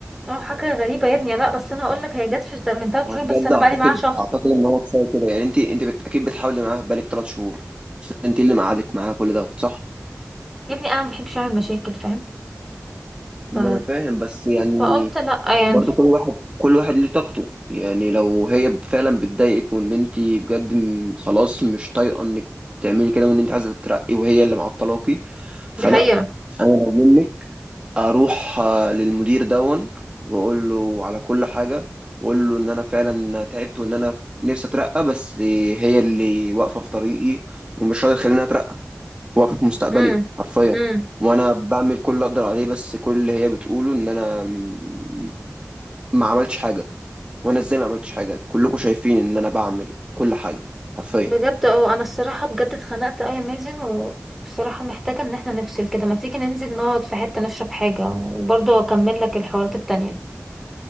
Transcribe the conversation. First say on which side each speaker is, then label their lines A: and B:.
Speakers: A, in the centre; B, on the right (about 20°).
A: اه حاجه غريبه يا ابني لا بس انا هقول لك هي جت في من ثلاث
B: بجد
A: شهور بس انا
B: اعتقد
A: بقالي معاها شهر
B: اعتقد ان هو كفايه كده يعني انت انت بت... اكيد بتحاولي معاها بقالك ثلاث شهور بس انت اللي مقعدك معاها كل ده صح
A: يا ابني انا ما بحبش اعمل مشاكل فاهم
B: ما
A: ف
B: انا فاهم بس يعني
A: فقلت لأ يعني
B: برضو كل واحد كل واحد ليه طاقته يعني لو هي فعلا بتضايقك وان انت بجد م- خلاص مش طايقه انك تعملي كده وان انت عايزه تترقي وهي اللي معطلاكي فلا
A: دي حقيقة
B: انا لو منك اروح آه، للمدير دون واقول له على كل حاجه واقول له ان انا فعلا تعبت وان انا نفسي اترقى بس هي اللي واقفه في طريقي ومش راضيه تخليني اترقى واقفه في مستقبلي
A: امم
B: حرفيا
A: امم
B: وانا بعمل كل اللي اقدر عليه بس كل اللي هي بتقوله ان انا م- ما عملتش حاجه وانا ازاي ما عملتش حاجه كلكم شايفين ان انا بعمل كل حاجه حرفيا
A: بجد اه انا الصراحة بجد اتخنقت اوي يا مازن وبصراحة محتاجة ان احنا نفصل كده ما تيجي ننزل نقعد في حتة نشرب حاجة وبرضه اكمل لك الحوارات التانية